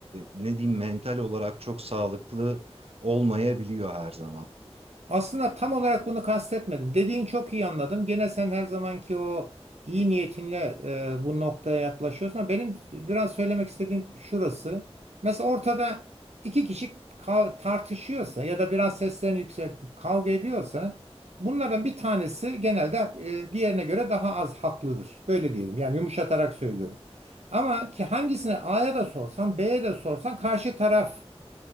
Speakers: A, on the right; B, on the right.
A: ne diyeyim mental olarak çok sağlıklı olmayabiliyor her zaman.
B: Aslında tam olarak bunu kastetmedim. Dediğin çok iyi anladım. Gene sen her zamanki o iyi niyetinle e, bu noktaya yaklaşıyorsun. Ama Benim biraz söylemek istediğim şurası. Mesela ortada iki kişi kav- tartışıyorsa ya da biraz seslerini yükseltip kavga ediyorsa bunlardan bir tanesi genelde e, diğerine göre daha az haklıdır. Böyle diyelim. Yani yumuşatarak söylüyorum. Ama ki hangisine
A: Evet.
B: A'ya da sorsan B'ye de sorsan karşı taraf